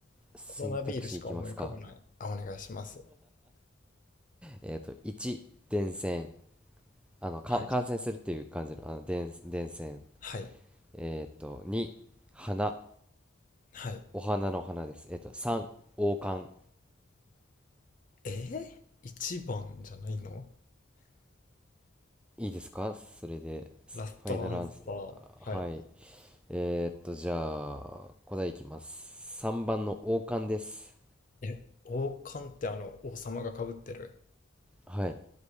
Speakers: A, in the centre; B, on the left (about 40°).
A: 選択肢いきますか
B: コロナビールしか思い浮かばない。あ、お願いします。
A: えっ、と1伝染あのか感染するっていう感じのあの伝伝染
B: はい。はい。
A: えっ、と2花
B: はい。
A: お花の花ですえっ、と3王冠
B: えー、一番じゃないの
A: いいですかそれで
B: ラストアンサー。
A: ファイナルアンスはい
B: は
A: えー、っと、じゃあ、答えいきます。3番の王冠です。
B: い。え、王冠ってあの、王様が被ってる。
A: はい。